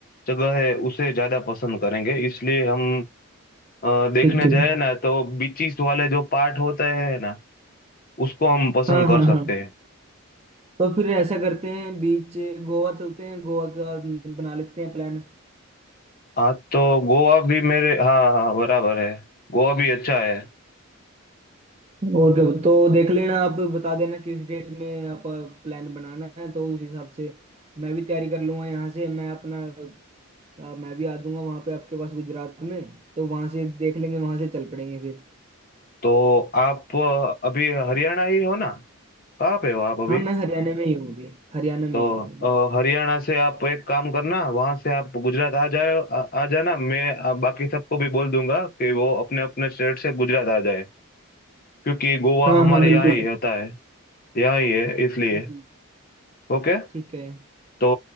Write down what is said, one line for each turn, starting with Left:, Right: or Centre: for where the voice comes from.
Left: जगह है उसे ज्यादा पसंद करेंगे इसलिए हम अ, देखने
Right: ठीक ठीक
Left: जाए ना तो बीचीस वाले जो पार्ट होते हैं ना उसको हम पसंद
Right: हाँ
Left: कर
Right: हाँ
Left: सकते
Right: हाँ
Left: हैं
Right: तो फिर ऐसा करते हैं बीच गोवा चलते हैं गोवा का बना लेते हैं प्लान
Left: हाँ तो गोवा भी मेरे हाँ हाँ बराबर है गोवा भी अच्छा है
Right: और क्या तो देख लेना आप बता देना किस डेट में आप प्लान बनाना है तो उस हिसाब से मैं भी तैयारी कर लूंगा यहाँ से मैं अपना अ, मैं भी आ जाऊंगा वहाँ पे आपके पास गुजरात में तो वहाँ से देख लेंगे वहाँ से चल पड़ेंगे फिर
Left: तो आप अ, अभी हरियाणा ही हो ना कहाँ पे हो आप अभी
Right: हाँ मैं हरियाणा में ही हूँ अभी हरियाणा में
Left: तो
Right: ही हूँ अभी
Left: अ, हरियाणा से आप एक काम करना वहां से आप गुजरात आ जाए आ, आ जाना मैं आ, बाकी सबको भी बोल दूंगा कि वो अपने अपने स्टेट से गुजरात आ जाए क्योंकि गोवा
Right: हाँ
Left: हमारे
Right: हाँ बिल्कुल
Left: यहाँ ही होता है यहाँ ही है इसलिए
Right: जी।
Left: ओके
Right: ठीक है
Left: तो